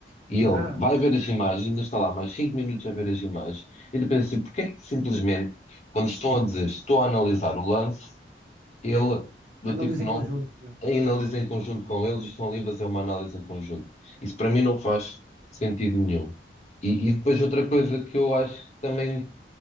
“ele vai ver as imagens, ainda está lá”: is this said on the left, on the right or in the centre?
Left